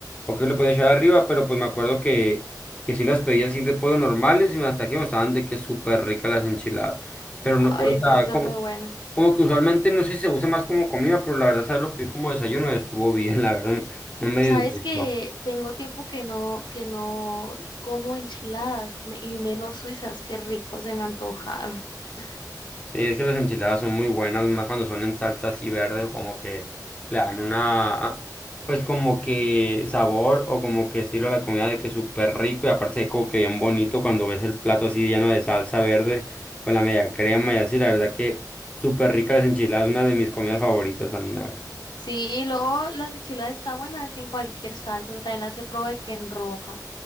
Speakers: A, on the left; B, on the left.
A: o qué le podía echar arriba, pero pues me acuerdo que, que sí las pedía así de pollo normales y hasta aquí me estaban de que súper ricas las enchiladas. Pero no,
B: Ay,
A: pero, o
B: es
A: sea,
B: que sí son
A: como,
B: muy buenas.
A: como que usualmente no sé si se usa más como comida, pero la verdad, ¿sabes? Lo pedí como desayuno y estuvo bien, la verdad, no, no me
B: Sabes
A: disgustó.
B: que tengo tiempo que no, que no como enchiladas me- y menos suizas, qué rico se me antojaron. <laughs>
A: Sí, es que las enchiladas son muy buenas, más cuando son en salsa así verde, como que le dan una, pues como que sabor o como que estilo a la comida de que es súper rico y aparte como que bien bonito cuando ves el plato así lleno de salsa verde con la media crema y así, la verdad que súper rica las enchiladas, una de mis comidas favoritas también, la verdad.
B: Sí, y luego las enchiladas están buenas en cualquier salsa, o sea, también las he probado de que en roja